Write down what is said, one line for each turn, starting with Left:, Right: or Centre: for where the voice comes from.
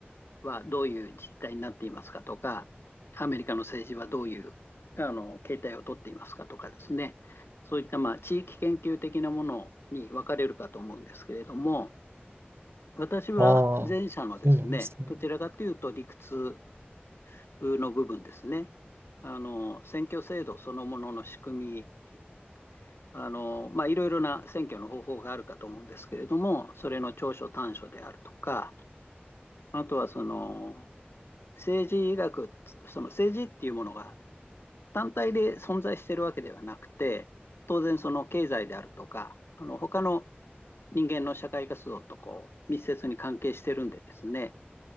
Left: はどういう実態になっていますかとか、アメリカの政治はどういうあの形態をとっていますかとかですね、そういったまあ地域研究的なものに分かれるかと思うんですけれども、私は前者のですね、
Right: ああ、そうなんですね。
Left: どちらかというと理屈の部分ですね、あの選挙制度そのものの仕組み、あのまあ、いろいろな選挙の方法があるかと思うんですけれども、それの長所短所であるとか、あとはその政治学、その政治っていうものが単体で存在しているわけではなくて、当然その経済であるとか、あの他の人間の社会活動とこう密接に関係してるんでですね、